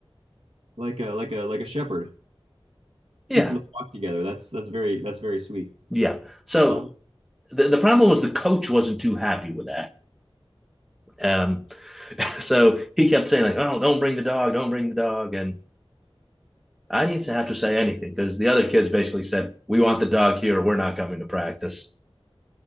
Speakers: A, on the right (about 85°); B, in the centre.
A: like a like a like a shepherd.
B: Yeah,
A: keeping the flock together. That's that's very that's very sweet.
B: yeah. So
A: Wow.
B: the, the problem was the coach wasn't too happy with that. Um, so he kept saying like, "Oh, don't bring the dog, don't bring the dog," and I didn't have to say anything because the other kids basically said, "We want the dog here. We're not coming to practice."